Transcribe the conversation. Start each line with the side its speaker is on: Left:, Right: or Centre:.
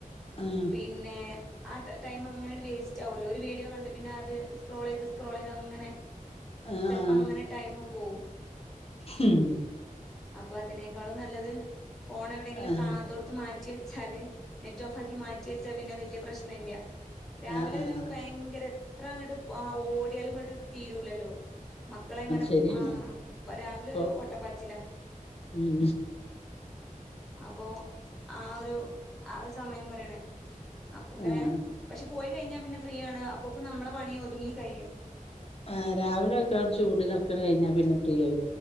Left: ആഹ്
Centre: പിന്നെ ആ ടൈം അങ്ങനേണ്ട് വേസ്റ്റാവോലാേ ഒര് വീഡിയോ കണ്ട് പിന്നെ അത് സ്ക്രോളെയ്ത് സ്ക്രോളെയ്ത് അങ്ങനെ
Left: ആഹ്
Centre: ചെലപ്പോ
Left: ആഹ്
Centre: അങ്ങനെ ടൈമ് പോവും
Left: ഉം
Centre: അപ്പൊ അതിനേക്കാളും നല്ലത് ഫോൺ എവിടെയെങ്കിലും
Left: ആഹ്
Centre: കാണാത്തോട്ത്ത് മാ റ്റി വെച്ചാല് നെറ്റ് ഓഫാക്കി മാറ്റിവെച്ചാ പിന്നെ വല്യ പ്രശ്നല്ല്യ രാവിലെ
Left: ആഹ് ആഹ്
Centre: ഒരു ഭയങ്കര ത്ര ഇങ്ങട്ട് ഓടിയാലും ഇങ്ങട്ട് തീരൂലല്ലോ മക്കളെ ഇങ്ങനെ
Left: ശരിയാണ്
Centre: ആ രാവിലെ
Left: ഇപ്പൊ
Centre: ഒരു ഓട്ടപ്പാച്ചിലാ
Left: ഉം
Centre: അപ്പോ ആ ഒരു ആ ഒരു സമയം പറയണ് അപ്പൊങ്ങനെ
Left: ആഹ്
Centre: പക്ഷെ പോയി കഴിഞ്ഞാ പിന്നെ ഫ്രീ ആണ് അപ്പോക്കും നമ്മളെ പണി ഒതുങ്ങി കഴിയും
Left: ആഹ് രാവിലെ ഒക്കെ ചൂടിനൊക്കെ കഴിഞ്ഞാ പിന്നെ ഫ്രീയായി